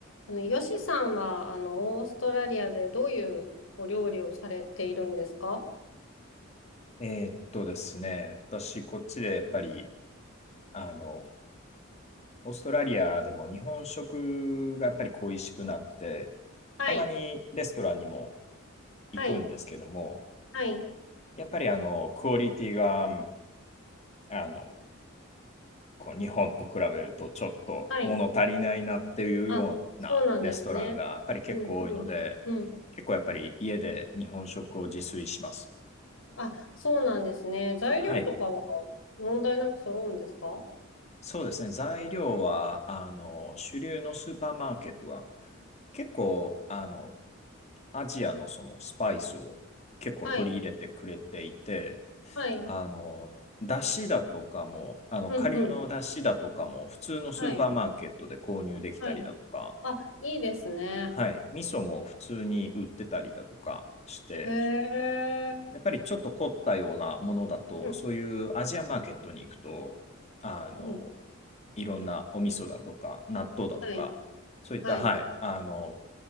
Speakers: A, on the left (about 75°); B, on the left (about 35°).
A: あの、ヨシさんは、あの、オーストラリアでどういうお料理をされているんですか
B: えーっとですね、私、こっちでやっぱり、あの、オーストラリアでも日本食がやっぱり恋しくなって、
A: はい、
B: たまにレストランにも行くんですけども、
A: はい、はい、
B: やっぱりあの、クオリティが、あの、こう日本と比べるとちょっと物足りないなっていうようなレストランがやっぱり結構多いので、
A: はい。あ、そうなんですね。うん、うん、うん。
B: 結構やっぱり家で日本食を自炊します。
A: あ、そうなんですね。材料とかは
B: は
A: 問題なく揃うんですか
B: そうですね、材料はあの主流のスーパーマーケットは結構あのアジアのそのスパイスを結構取り入れてくれていて、
A: はい、はい、
B: あのだしだとかも、あの顆粒のだしだとかも普通のスーパーマーケットで購入できたりだとか、
A: うん、うん、はい、はい。あ、いいですね。
B: はい、味噌も普通に売ってたりだとかして、
A: へえ、
B: やっぱりちょっと凝ったようなものだと、
A: うん、
B: そういうアジアマーケットに行くと、あの、
A: うん、
B: いろんなお味噌だとか、納豆だとか、
A: はい、
B: そういった、
A: はい。
B: はい、あの、